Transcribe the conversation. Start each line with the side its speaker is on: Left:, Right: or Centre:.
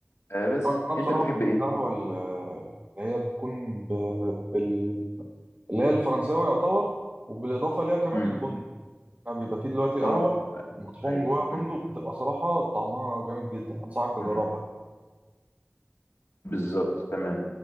Left: آه بس
Right: انا بصراحه
Left: انت بتحب ايه
Right: القهوه ال- اللي هي بتكون ب... بال... اللي هي الفرنساوي يعتبر وبالاضافه ليها كمان
Left: امم
Right: البندق يعني بيبقى فيه دلوقتي قهوه
Left: اه
Right: مطحون
Left: ايوه
Right: جواها بندق
Left: مم.
Right: بتبقى صراحه طعمها جامد جدا انصحك تجربها
Left: مم. بالظبط تمام